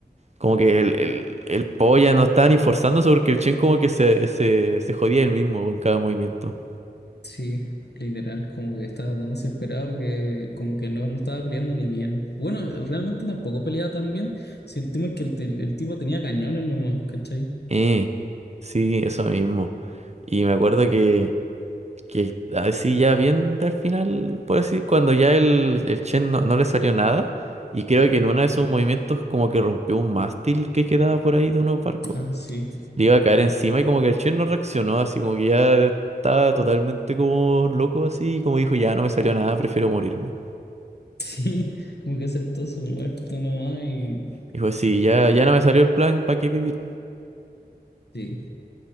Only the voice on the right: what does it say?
Como que el, el, el Po ya no estaba ni forzándose porque el Chen como que se, se, se jodía él mismo en cada movimiento.
Eh, sí, eso mismo. Y me acuerdo que... que así ya bien al final, por así, cuando ya el, el Chen no, no le salió nada, y creo que en uno de sus movimientos como que rompió un mástil que quedaba por ahí de unos barcos,
le iba a caer encima y como que el Chen no reaccionó, así como que ya estaba totalmente como loco así, y como dijo, ya no me salió nada, prefiero morirme.
Dijo, sí, ya, ya no me salió el plan, ¿para qué vivir?